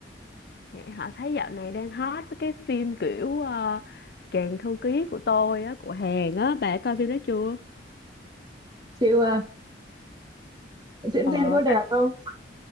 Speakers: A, on the left; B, on the right.
A: nghe Họ thấy dạo này đang hot với cái phim kiểu ờ, Chàng thư ký của tôi á, của Hàn á. Bà coi phim đó chưa?
B: Chịu à, diễn
A: Ờ,
B: viên có đẹp không?